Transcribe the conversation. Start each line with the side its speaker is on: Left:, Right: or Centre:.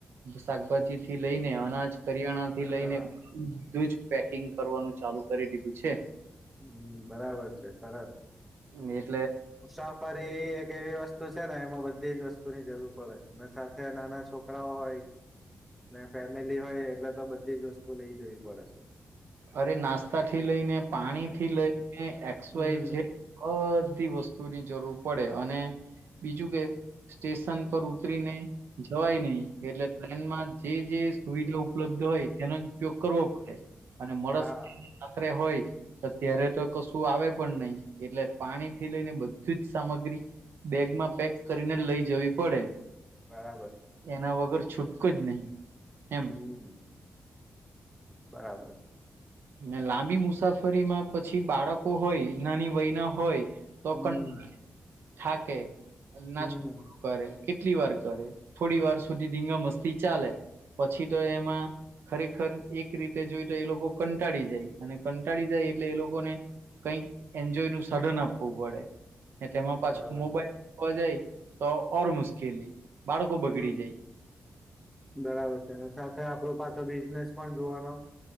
Right: શાકભાજીથી લઈને અનાજ કરિયાણા થી લઈને
Centre: હા
Right: બધું જ પેકિંગ કરવાનું ચાલુ કરી દીધું છે.
Centre: હમ બરાબર છે સરસ
Right: એ. <inaudible>
Centre: મુસાફરી એક એવી વસ્તુ છે ને એમાં બધી જ વસ્તુ ની જરૂર પડે અને સા નાના છોકરાઓ હોય. ફેમિલી હોય એટલે તો બધી જ વસ્તુ લઈ જવી પડે છે.
Right: અરે નાસ્તા થી લઈને પાણી થી લઈને એક્સ
Centre: હમ
Right: વાય ઝેડ બધી વસ્તુની જરૂર પડે અને બીજું કે સ્ટેશન પર ઉતરીને જવાય નહી એટલે ટ્રેનમાં જે જે સુવિધા ઉપલબ્ધ હોય તેનો જ ઉપયોગ કરવો પડે અને મળસ
Centre: હા
Right: હોય તો ત્યારે તો કશું આવે પણ નહી એટલે પાણી થી લઈને બધીજ સામગ્રી બેગ માં પેક કરીને લઈ જ જવી પડે
Centre: બરાબર છે.
Right: એના વગર છૂટકો જ નહીં. એમ
Centre: હમ બરાબર છે.
Right: ને લાંબી મુસાફરીમાં પછી બાળકો હોય નાની વય ના હોય તો
Centre: હમ
Right: કં થાકે અને નાચ
Centre: હમ
Right: કરે કેટલી વાર કરે થોડી વાર સુધી ધીંગા મસ્તી ચાલે પછી તો એમાં ખરેખર એક રીતે જોઈ તો એ લોકો કંટાળી જાય અને કંટાળી જાય એટલે એ લોકોને કઈક એન્જોય નું સાધન આપવું પડે તેમાં
Centre: બરાબર
Right: પાછું મોબાઈલ જોવા જાય તો ઓર મુશ્કેલી બાળકો
Centre: હમ
Right: બગડી
Centre: બરાબર છેને સાથે આપડો પાછો બી બિઝનેસ પણ જોવાનો